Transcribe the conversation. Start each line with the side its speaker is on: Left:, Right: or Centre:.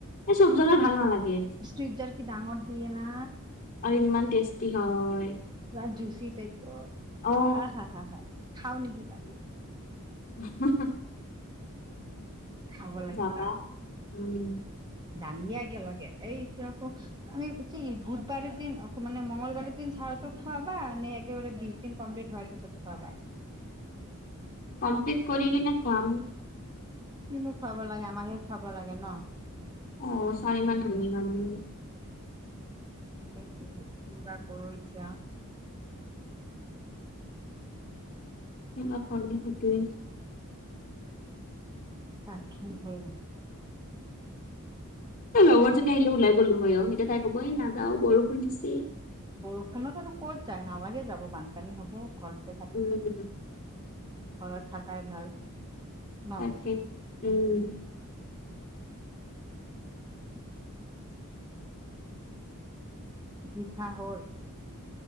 Left: এই চব জেগাৰ ভাল নালাগে।
Right: <unintelligible> কি ডাঙৰ দিয়ে না!
Left: আৰু ইমান টেষ্টি হয়
Right: পুৰা জুচি টাইপৰ।
Left: অ
Right: আ হা হা হা। খাওঁ নেকি কালি!
Left: <unintelligible>
Right: খাব লাগিব।
Left: যাবা উম
Right: যাম দিয়া একেলগে। এতিয়া আকৌ আমি উ কি বুধবাৰৰ দিন, মানে মঙলবাৰৰ দিন ছাৰহঁতক খোৱাবা নে? একেবাৰে বিশদিন কমপ্লিট হোৱাৰ পিছত। ত খুৱাবা?
Left: কমপ্লিট কৰি কিনে খোৱাম।
Right: কিনো খুৱাব লাগে! আমাকহে খুৱাব লাগে ন?
Left: অ' ছাৰ ইমান ধনী মানুহ।
Right: কিবা কৰো এতিয়া!
Left: কিবা ক'লে সেইটোৱে!
Right: <unintelligible>
Left: এ লগৰজনী আহিলে ওলাই গ'লো হয় অ'। এতিয়া তাই ক'ব এই নাযাও বৰষুণ দিছে।
Right: বৰষুণত আৰু ক'ত যায়, নালাগে যাব। বানপানী হ'ব ঘৰতে থাকে।
Left: উম
Right: ঘৰত থাকাই ভাল। ন
Left: তাকে, উম।
Right: <unintelligible> মিঠা হ'ল।